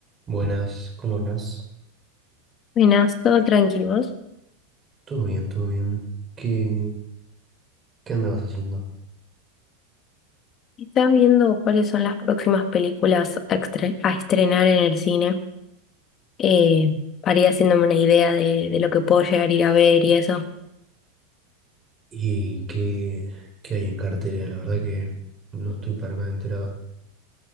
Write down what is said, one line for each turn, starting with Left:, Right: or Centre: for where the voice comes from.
Right: Buenas, ¿cómo andás?
Left: Buenas, todo tranquilos.
Right: Todo bien, todo bien. ¿Qué, qué andabas haciendo?
Left: ¿Estás viendo cuáles son las próximas películas a, estre- a estrenar en el cine? Eh, para
Right: Bien.
Left: ir haciéndome una idea de, de lo que puedo llegar a ir a ver y eso.
Right: ¿Y qué, qué hay en cartera? La verdad que no estoy para nada enterado.